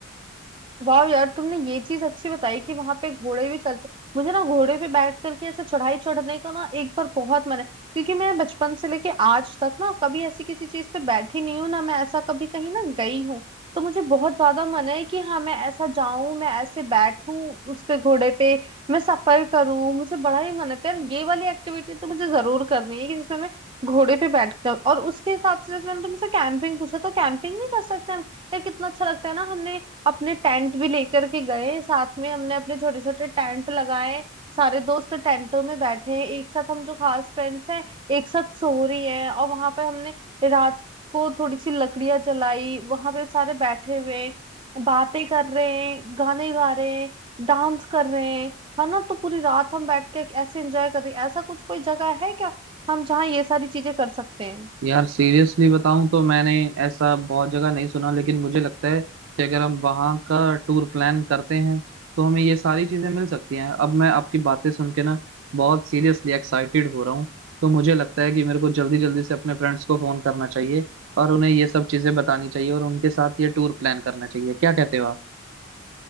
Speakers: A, on the right (about 25°); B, on the right (about 85°).
A: वाह यार तुमने ये चीज अच्छी बताई कि वहां पे घोड़े भी चलते मुझे ना घोड़े पे बैठ करके ऐसे चढ़ाई चढ़ने का ना एक बार बहुत मन है क्योंकि मैं बचपन से लेके आज तक ना कभी ऐसी किसी चीज पे बैठी नहीं हूँ ना मैं ऐसा कभी कहीं ना गई हूँ तो मुझे बहुत ज्यादा मन है कि हाँ मैं ऐसा जाऊं मैं ऐसे बैठूं उस पे घोड़े पे मैं सफर करूं मुझे बड़ा ही मन है तो यार ये वाली एक्टिविटी तो मुझे जरूर करनी है कि जिसमें मैं घोड़े पे बैठ के जाऊं और उसके हिसाब से जैसे मैंने तुमसे कैंपिंग पूछा तो कैंपिंग भी कर सकते हैं हम यार कितना अच्छा लगता है ना हमने अपने टेंट भी लेकर के गए साथ में हमने अपने छोटे छोटे टेंट लगाए सारे दोस्त टेंटों में बैठे हैं एक साथ हम जो खास फ्रेंड्स हैं एक साथ सो रही हैं और वहां पे हमने रात को थोड़ी सी लकड़ियां जलाई वहां पे सारे बैठे हुए हैं, बातें कर रहे हैं गाने गा रहे हैं डांस कर रहे हैं है ना तो पूरी रात हम बैठ के ऐसे एंजॉय कर रहे हैं ऐसा कुछ कोई जगह है क्या हम जहाँ ये सारी चीजें कर सकते हैं
B: यार सीरियसली बताऊं तो मैंने ऐसा बहुत जगह नहीं सुना लेकिन मुझे लगता है कि अगर हम वहाँ का टूर प्लान करते हैं तो हमें ये सारी चीजें मिल सकती हैं अब मैं आपकी बातें सुन के ना बहुत सीरियसली एक्साइटेड हो रहा हूँ तो मुझे लगता है कि मेरे को जल्दी जल्दी से अपने फ्रेंड्स को फोन करना चाहिए और उन्हें ये सब चीजें बतानी चाहिए और उनके साथ ये टूर प्लान करना चाहिए क्या कहते हो आप